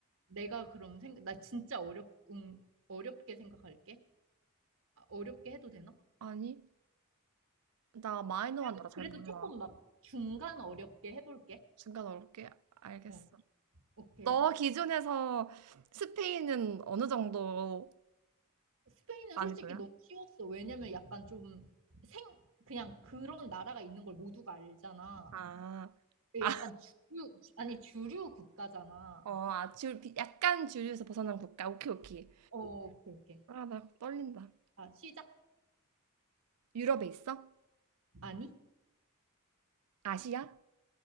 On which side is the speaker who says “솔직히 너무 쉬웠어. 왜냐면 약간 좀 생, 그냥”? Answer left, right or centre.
Right